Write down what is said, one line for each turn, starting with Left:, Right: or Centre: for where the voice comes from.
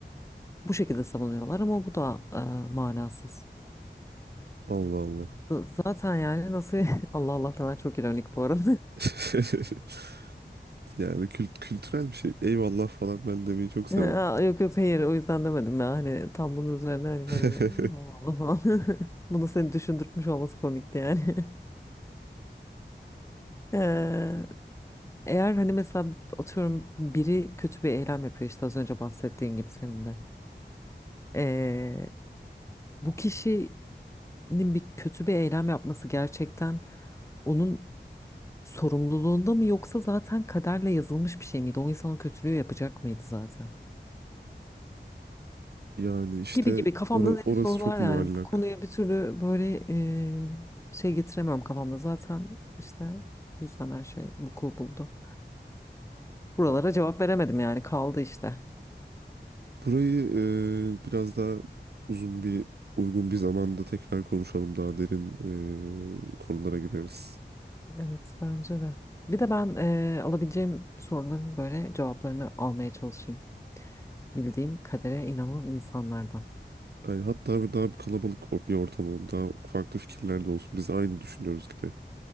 Left: Bu şekilde savunuyorlar ama bu da eee, manasız.
Right: Allah Allah.
Left: Z- zaten yani nasıl <laughs> Allah Allah da ben çok ironik bu arada.
Right: <laughs> Yani kült kültürel bir şey. Eyvallah falan ben demeyi çok
Left: <laughs>
Right: severim.
Left: Aa, yok yok hayır o yüzden demedim ya hani tam bunun üzerine hani
Right: <laughs>
Left: böyle bir Allah Allah falan <laughs> bunu seni düşündürtmüş olması komikti yani. <laughs> Ee, eğer hani mesela atıyorum biri kötü bir eylem yapıyor işte az önce bahsettiğin gibi senin de. Ee, bu kişinin bir kötü bir eylem yapması gerçekten onun sorumluluğunda mı yoksa zaten kaderle yazılmış bir şey miydi? O insan o kötülüğü yapacak mıydı zaten?
Right: Yani işte
Left: Gibi gibi kafamda
Right: ora-
Left: deli
Right: orası
Left: sorular
Right: çok muallak.
Left: yani. Bu konuya bir türlü böyle e, şey getiremiyorum kafamda. Zaten işte bu yüzden her şey vuku buldu. Buralara cevap veremedim yani kaldı işte.
Right: Burayı e, biraz daha uzun bir uygun bir zamanda tekrar konuşalım. Daha derin e, konulara gireriz.
Left: Evet bence de. Bir de ben e, alabileceğim soruların böyle cevaplarını almaya çalışayım. Bildiğim kadere inanan insanlardan.
Right: Yani hatta bir daha bir kalabalık o- bir ortam olalım. Daha farklı fikirler de olsun. Biz aynı düşünüyoruz gibi